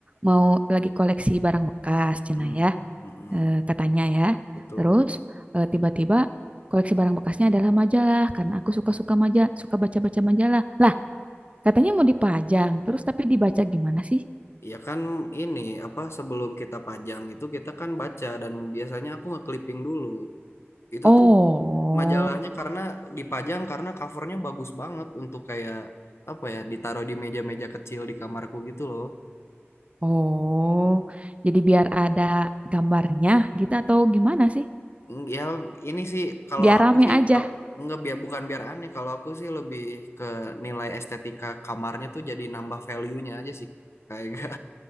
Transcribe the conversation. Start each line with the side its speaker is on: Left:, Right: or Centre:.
Right: mau lagi koleksi barang bekas, Cina
Left: Mm,
Right: ya,
Left: mm,
Right: eh, katanya ya.
Left: Betul.
Right: Terus eh, tiba-tiba koleksi barang bekasnya adalah majalah karena aku suka-suka majalah, suka baca-baca majalah. Lah, katanya mau dipajang, terus tapi dibaca gimana sih?
Left: Ya kan ini apa sebelum kita pajang itu kita kan baca dan biasanya aku nge-clipping dulu. Itu
Right: Oh.
Left: tuh majalahnya karena dipajang karena covernya bagus banget untuk kayak apa ya ditaruh di meja-meja kecil di kamarku gitu loh.
Right: Oh, jadi biar ada gambarnya gitu atau gimana sih?
Left: Mm, Ya ini sih kalau
Right: Biar
Left: aku
Right: rame
Left: sih
Right: aja.
Left: kalau nggak biar bukan biar aneh kalau aku sih lebih ke nilai estetika kamarnya tuh jadi nambah value-nya aja sih kayak